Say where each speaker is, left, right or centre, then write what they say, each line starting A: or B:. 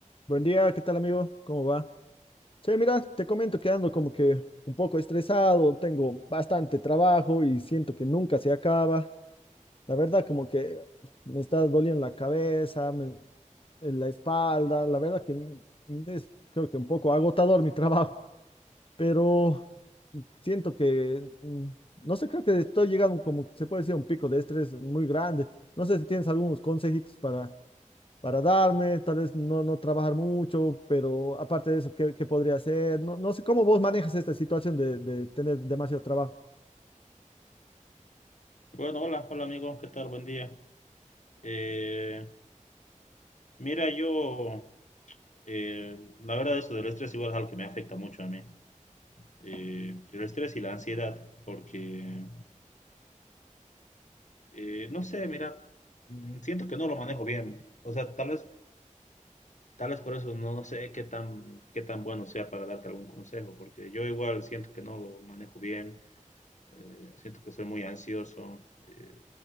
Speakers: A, on the left; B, on the left.
A: Buen día, ¿qué tal amigo? ¿Cómo va? Che, mira, te comento que ando como que un poco estresado, tengo bastante trabajo y siento que nunca se acaba. La verdad como que me está doliendo la cabeza, me- en la espalda, la verdad que m- es creo que un poco agotador mi trabajo, <laughs> pero siento que, mm, no sé, creo que estoy llegando como, se puede decir, a un pico de estrés muy grande. No sé si tienes algunos consejitos para para darme, tal vez no, no trabajar mucho, pero aparte de eso, ¿qué, qué podría hacer? No, no sé cómo vos manejas esta situación de, de tener demasiado trabajo.
B: Bueno, hola, hola amigos, ¿qué tal? Buen día. Eh, mira, yo, eh, la verdad, eso del estrés igual es algo que me afecta mucho a mí. Eh, el estrés y la ansiedad, porque, eh, no sé, mira, mm, siento que no lo manejo bien. O sea, tal vez, tal vez por eso no, no sé qué tan, qué tan bueno sea para darte algún consejo, porque yo igual siento que no lo manejo bien, eh, siento que soy muy ansioso, eh,